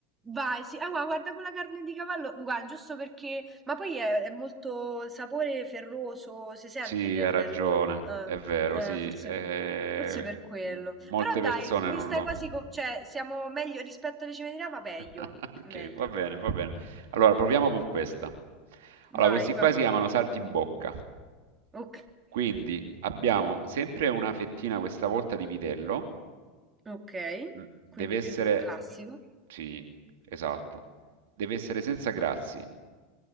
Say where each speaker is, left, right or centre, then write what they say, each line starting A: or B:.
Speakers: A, on the right; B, on the right.
A: Vai, sì, ah, gua- guarda quella carne di cavallo, guarda, giusto perché, ma poi è, è molto sapore ferroso, si sente
B: Sì,
A: che
B: hai
A: è bello,
B: ragione,
A: eh,
B: è vero, sì.
A: eh, forse,
B: Eh,
A: forse per quello.
B: m- molte
A: Però
B: persone
A: dai, mi
B: non
A: stai
B: lo...
A: quasi, co- cioè, siamo meglio rispetto alle cime di Rama, meglio,
B: <laughs> Ok,
A: meglio.
B: va bene, va bene. Allora, proviamo con questa. Allora,
A: Vai,
B: questi qua
A: vai,
B: si chiamano salti in bocca.
A: ok,
B: Quindi abbiamo sempre una fettina, questa volta di vitello.
A: ok,
B: Mm, Deve
A: quindi
B: essere,
A: più sul classico,
B: sì, esatto, deve essere senza grassi.